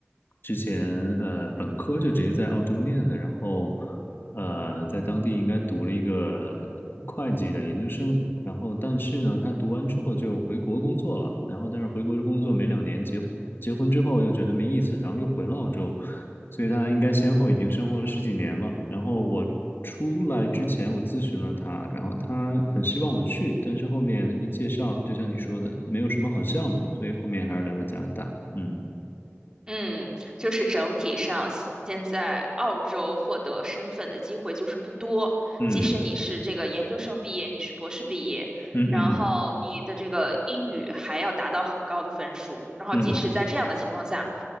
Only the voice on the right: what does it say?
嗯，就是整体上，现在澳洲获得身份的机会就是不多。
即使你是这个研究生毕业，你是博士毕业，
然后你的这个英语还要达到很高的分数，然后即使在这样的情况下，